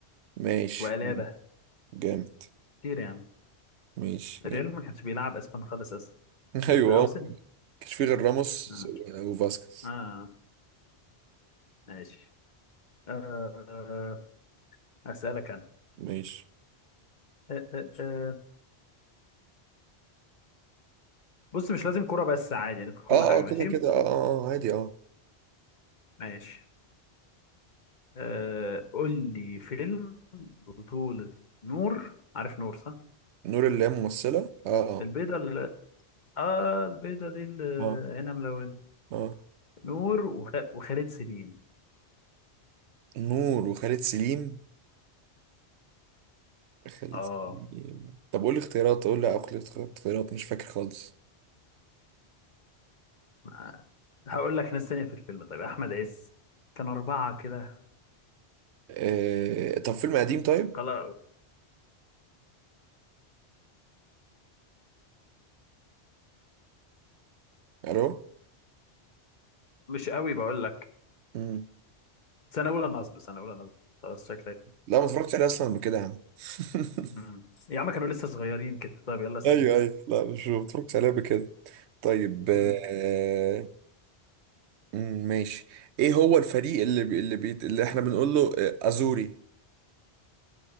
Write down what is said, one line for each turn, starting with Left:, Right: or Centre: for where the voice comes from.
Right: ماشي
Left: وألابا
Right: مم. جامد
Left: كتير يعني
Right: ماشي
Left: الريال
Right: جامد
Left: ما كانش بيلعب اسبان خالص اصلا
Right: <laughs> ايوه
Left: شفت هاوسن
Right: هو مكانش فيه غير راموس
Left: اه
Right: و- وفاسكيز
Left: اه ماشي آه. اسألك انا
Right: ماشي
Left: آه. آه. آه. بص مش لازم كرة بس عادي يعني في كل
Right: اه
Left: حاجة
Right: اه
Left: ماشي
Right: كده كده اه اه آه، عادي اه
Left: ماشي آه قول لي فيلم بطولة نور عارف نور صح؟
Right: نور اللي هي ممثلة اه
Left: البيضة اللي اه البيضة دي اللي
Right: اه
Left: عينها ملونة
Right: اه اه
Left: نور وخ... وخالد سليم
Right: نور وخالد سليم خالد
Left: اه
Right: سليم طب قول لي اختيارات قول لي اقول لي اختيارات مش فاكر خالص
Left: ما- هقول لك ناس تانية في الفيلم طيب أحمد عز كان أربعة كده
Right: آه... طب فيلم قديم طيب
Left: خلاص
Right: الو
Left: مش قوي بقول لك
Right: مم.
Left: سنة أولى نصب سنة أولى نصب خلاص شكلك
Right: لا ما اتفرجتش عليه اصلا قبل كده يا عم <laughs>
Left: مم. يا عم كانوا لسه صغيرين كده طيب يلا اسأل
Right: ايوه
Left: أنت
Right: ايوه لا مش ما بتفرجش عليها بكده طيب آه...
Left: مم.
Right: مم، ماشي ايه هو الفريق اللي بي... اللي بي... اللي احنا بنقول له آه، ازوري